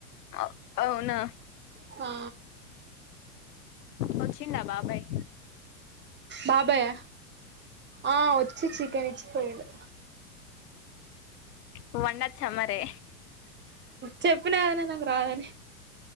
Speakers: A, on the left; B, on the right.
A: ఆ అవునా
B: హా
A: వచ్చిండా బాబాయ్
B: బాబాయా ఆ వచ్చి చికెన్ ఇచ్చిపోయిండు
A: ఉ బండచ్చా మరి
B: చెప్పినాగదనే నాకు రాదని